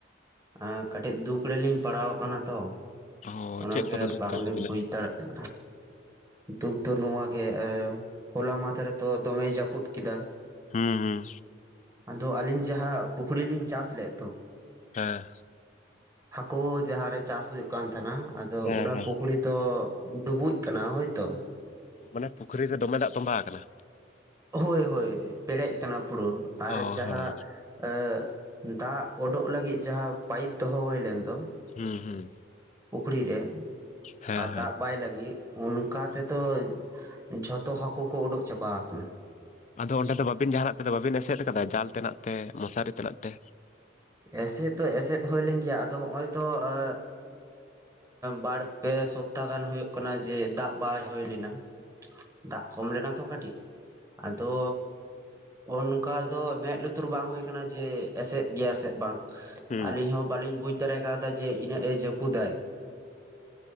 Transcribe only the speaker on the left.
ᱚ
ᱪᱮᱫ ᱠᱚᱫᱚ ᱫᱩᱠ
ᱠᱟᱱ ᱛᱟᱵᱤᱱᱟ
ᱦᱩᱸ ᱦᱩᱸ
ᱦᱮᱸ
ᱦᱮᱸ
ᱦᱮᱸ
ᱢᱟᱱᱮ ᱯᱩᱠᱷᱨᱤ ᱨᱮ ᱫᱚᱢᱮ ᱫᱟᱜ ᱛᱚᱸᱵᱟ ᱟᱠᱟᱱᱟ
ᱚ
ᱦᱮᱸ
ᱦᱩᱸ ᱦᱩᱸ
ᱦᱮᱸ
ᱦᱮᱸ
ᱟᱫᱚ ᱚᱸᱰᱮ ᱫᱚ ᱵᱟᱵᱤᱱ ᱡᱟᱦᱟᱱᱟᱜ ᱛᱮᱫᱚ ᱵᱟᱹᱵᱤᱱ ᱮᱥᱮᱫ ᱠᱟᱫᱟ ᱡᱟᱞ ᱛᱟᱱᱟᱜ ᱛᱮ ᱢᱚᱥᱟᱨᱤ ᱛᱟᱱᱟᱜ ᱛᱮ
ᱦᱩᱸ